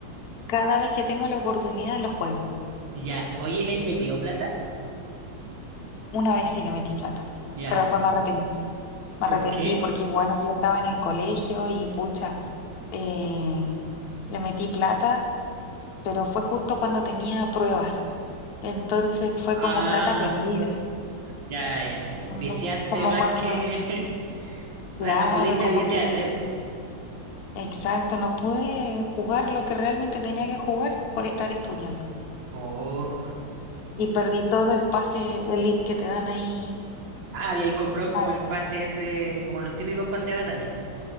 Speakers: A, on the left; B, on the right.
A: cada vez que tengo la oportunidad lo juego.
B: Ya, oye, ¿le has metido plata?
A: Una vez sí le metí plata,
B: Ya,
A: pero después me arrepentí. Me
B: ¿por
A: arrepentí
B: qué?
A: porque, bueno, yo estaba en el colegio y pucha, eh, le metí plata, pero fue justo cuando tenía pruebas. Entonces fue
B: Ah,
A: como plata perdida,
B: ya, ya.
A: como,
B: Viciaste
A: como
B: más
A: cuando...
B: que... <laughs>
A: Claro,
B: O sea, no pudiste
A: como
B: viciar
A: que,
B: de eso.
A: exacto, no pude jugar lo que realmente tenía que jugar por estar estudiando.
B: Oh.
A: Y perdí todo el pase elite que te dan ahí
B: Ah, había comprado
A: mal.
B: como el pase ese, como los típicos pases de batalla.